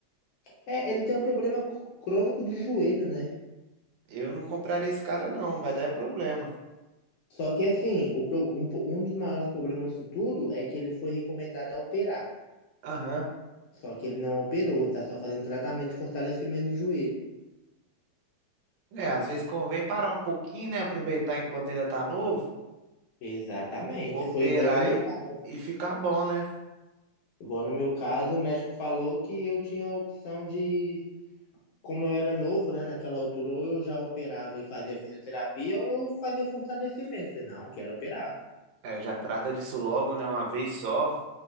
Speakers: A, on the left (about 70°); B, on the right (about 80°).
A: É, ele tem um problema c- crônico de joelho, né?
B: Eu não compraria esse cara, não, vai dar é problema.
A: Só que assim, o pro- um, po- um dos maiores problemas disso tudo é que ele foi recomendado a operar.
B: Aham.
A: Só que ele não operou, tá só fazendo tratamento de fortalecimento do joelho.
B: É, às vezes convém parar um pouquinho, né? Aproveitar enquanto ainda tá novo,
A: Exatamente.
B: operar
A: Foi igual no meu
B: e,
A: caso.
B: e ficar bom, né?
A: Igual no meu caso, o médico falou que eu tinha a opção de, como eu era novo, né, naquela altura, ou eu já operava e fazia fisioterapia, ou eu fazia fortalecimento. Falei, não, quero operar.
B: É, já trata disso logo, né? Uma vez só,